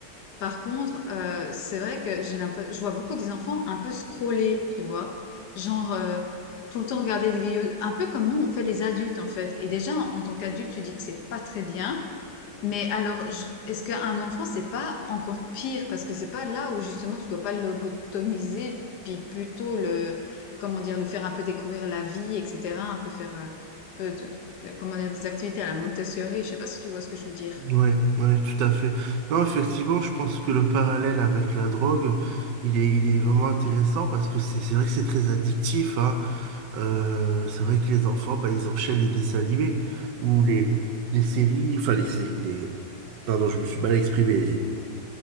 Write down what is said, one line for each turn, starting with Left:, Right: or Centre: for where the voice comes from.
Left: Par contre, euh, c'est vrai que j'ai l'impression, je vois beaucoup des enfants un peu scroller, tu vois, genre euh, tout le temps regarder des vidéos, un peu comme nous on fait les adultes en fait. Et déjà, en tant qu'adulte, tu dis que c'est pas très bien. Mais alors, je- est-ce qu'un enfant, c'est pas encore pire? Parce que c'est pas là où justement tu dois pas le lobotomiser, puis plutôt le, comment dire, lui faire un peu découvrir la vie, etc. Un peu faire, euh, un peu, de- de- comment dire, des activités à la Montessori. Je sais pas si tu vois ce que je veux dire.
Right: Ouais, ouais, tout à fait. Non, effectivement, je pense que le parallèle avec la drogue, il est, il est vraiment intéressant parce que c'est c'est vrai que c'est très addictif, hein. Euh, c'est vrai que les enfants, bah, ils enchaînent les dessins animés ou les, les séries, enfin les séries, les... Pardon, je me suis mal exprimé